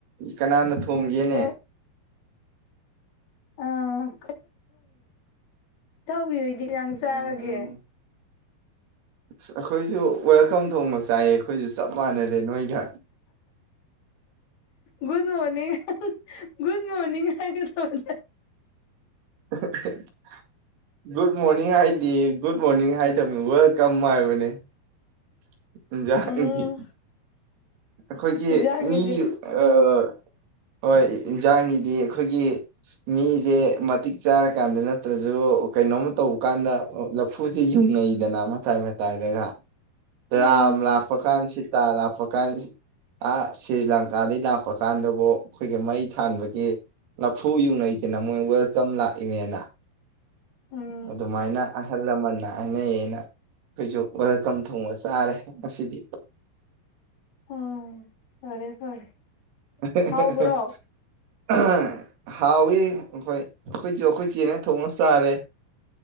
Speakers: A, on the right (about 85°); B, on the left (about 75°).
A: ꯀꯅꯥꯅ ꯊꯣꯡꯒꯦꯅꯦ
B: ꯍꯣꯏ ꯑꯥ <unintelligible> ꯏꯇꯥꯏꯕꯤꯍꯣꯏꯗꯤ ꯀꯩ ꯏꯟꯁꯥꯡ
A: ꯎꯝ
B: ꯆꯥꯔꯒꯦ
A: ꯑꯁ ꯑꯈꯣꯏꯁꯨ ꯋꯦꯜꯀꯝ ꯊꯣꯡꯕ ꯆꯥꯏꯌꯦ ꯑꯈꯣꯏꯁꯨ ꯆꯞ ꯃꯥꯟꯅꯔꯦ ꯅꯣꯏꯒ
B: good morning good morning ꯍꯥꯏꯒꯗꯕꯅꯤ
A: <unintelligible> good morning ꯍꯥꯏꯗꯦ ꯒꯨꯠ ꯃꯣꯔꯅꯤꯡ ꯍꯥꯏꯗꯕꯅꯤ ꯋꯦꯜꯀꯝ ꯍꯥꯏꯕꯅꯤ <unintelligible>
B: ꯎꯝ
A: ꯑꯈꯣꯏꯒꯤ
B: ꯏꯟꯖꯥꯡꯒꯤꯗꯤ
A: ꯃꯤ ꯑꯥ
B: <inaudible>
A: ꯍꯣꯏ ꯏꯟꯖꯥꯡꯒꯤꯗꯤ ꯑꯈꯣꯏꯒꯤ ꯃꯤꯁꯦ ꯃꯇꯤꯛ ꯆꯥꯔꯀꯥꯟꯗ ꯅꯠꯇ꯭ꯔꯁꯨ ꯀꯩꯅꯣꯝꯃ ꯇꯧꯕ ꯀꯥꯟꯗ ꯂꯐꯨꯁꯤ ꯌꯨꯡꯅꯩꯗꯅ ꯃꯇꯥꯏ ꯃꯇꯥꯏꯗꯒ
B: ꯎꯝ
A: ꯔꯥꯝ ꯂꯥꯛꯄꯀꯥꯟ ꯁꯤꯇꯥ ꯂꯥꯛꯄꯀꯥꯟ ꯑꯥ ꯁꯔꯤ ꯂꯪꯀꯥꯗꯒꯤ ꯂꯥꯛꯄ ꯀꯥꯟꯗꯕꯨ ꯑꯈꯣꯏꯒꯤ ꯃꯩ ꯊꯥꯟꯕꯒꯤ ꯂꯐꯨ ꯌꯨꯡꯅꯩꯗꯅ ꯃꯣꯏ ꯋꯦꯜꯀꯝ ꯂꯥꯛꯏꯅꯦꯅ
B: ꯎꯝ
A: ꯑꯗꯨꯃꯥꯏꯅ ꯑꯍꯜ ꯂꯃꯟꯅ ꯍꯥꯏꯅꯩꯌꯦꯅ ꯑꯈꯣꯏꯁꯨ ꯋꯦꯜꯀꯝ ꯊꯣꯡꯕ ꯆꯥꯔꯦ ꯉꯁꯤꯗꯤ
B: ꯎꯝ ꯐꯔꯦ ꯐꯔꯦ
A: ꯑꯍꯥ ꯑꯍꯥ
B: ꯍꯥꯎꯕ꯭ꯔꯣ
A: ꯑꯍꯥ ꯑꯍꯝ ꯍꯥꯎꯋꯤ ꯑꯈꯣꯏ ꯑꯈꯣꯏꯁꯨ ꯑꯈꯣꯏ ꯆꯦꯅ ꯊꯣꯡꯉ ꯆꯥꯔꯦ